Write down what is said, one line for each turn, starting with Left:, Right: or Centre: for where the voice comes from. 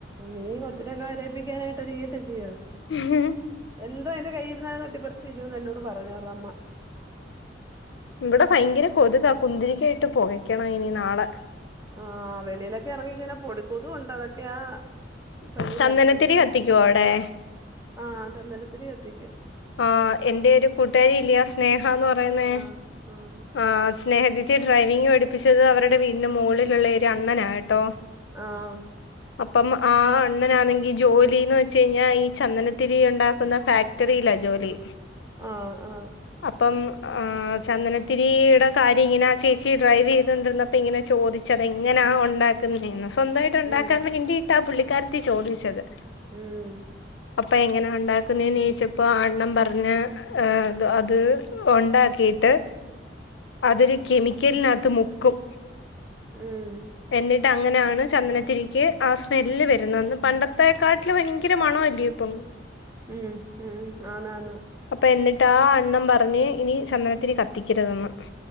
Right: നീ കൊച്ചിനെ കരയിപ്പിക്കാനായിട്ട് ഒരിങ്ങീട്ട് അല്ലിയോ?
Left: ഹു ഉം
Right: എന്തോ എന്റെ കയ്യിന്ന്‌ അത് തട്ടിപ്പറിച്ച് തിന്നുന്ന് എന്നോട് പറഞ്ഞു അവർടെ അമ്മ.
Left: ഇബെടെ ഭയങ്കര കൊത്കാ. കുന്തിരിക്കം ഇട്ട് പൊകയ്ക്കെണം ഇനി നാളെ
Right: ആഹ് വെളിയിലൊക്കെ എറങ്ങി ഇങ്ങനെ പൊടികൊതു ഉണ്ട് അതൊക്കെയാ പനി
Left: ചന്ദനത്തിരി
Right: പരത്തുന്നത്
Left: കത്തിക്കോ അയുടെ?
Right: ആഹ് ചന്ദനത്തിരി കത്തിക്കും.
Left: ആഹ് എന്റെ ഒരു കൂട്ടുകാരി ഇല്ലെ ആ സ്നേഹ എന്ന് പറയ്ന്നേ
Right: ആഹ് ആഹ്
Left: ആഹ് സ്നേഹ ചേച്ചിയെ ഡ്രൈവിംഗ് പഠിപ്പിച്ചെത് അവരുടെ വീട്ടിന് മോളിലുള്ള ഒരു അണ്ണനാ കേട്ടോ
Right: ആഹ്.
Left: അപ്പം ആ അണ്ണനാന്നെങ്കി ജോലിന്ന് വെച്ച് കഴിഞ്ഞാ ഈ ചന്ദനത്തിരി ഉണ്ടാക്കുന്ന ഫാക്ടറിയിലാ ജോ ജോലി.
Right: ആഹ് ആഹ്
Left: അപ്പം ആ ചന്ദനത്തിരിയിടെ കാര്യം ഇങ്ങനെ ആ ചേച്ചി ഡ്രൈവ് ചെയതോണ്ടിര്ന്നപ്പം ഇങ്ങനെ ചോദി ച്ചത് അത് എങ്ങനാ ഒണ്ടാക്കുന്നെന്ന്. സ്വന്തായിട്ട് ഒണ്ടാക്കാൻ
Right: ഉം
Left: വേണ്ടിട്ടാ പുള്ളിക്കാരെത്തി ചോദിച്ചെത്.
Right: ഉം
Left: അപ്പം എങ്ങനാ ഒണ്ടാക്കുന്നെന്ന് ചോയിച്ചെ പ്പം അണ്ണൻ പർൺ ഏഹ് അത് ഒണ്ടാക്കിട്ട് അത് ഒരു കെമിക്കെൽൻ അയത്ത് മുക്കും.
Right: ഉം
Left: എന്നിട്ട് അങ്ങനെയാണ് ചന്ദനത്തിരിക്ക് ആ സ്മെല്ല് വെര്ന്നെന്ന്. പണ്ടത്തെക്കാ ട്ടിലും ഭയങ്കര മണം വല്ലെ ഇപ്പം.
Right: ഉം ഉം ആന്ന് ആന്ന്.
Left: അപ്പം എന്നിട്ട് ആ അണ്ണം പറഞ്ഞ് ഇനി ചന്ദനത്തിരി കത്തിക്കെര്തെന്ന്.